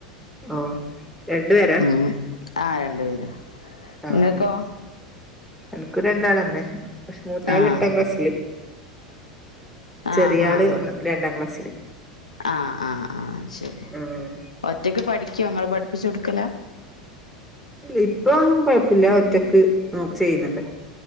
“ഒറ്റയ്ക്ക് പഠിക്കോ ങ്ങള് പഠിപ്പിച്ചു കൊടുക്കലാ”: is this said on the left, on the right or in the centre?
Left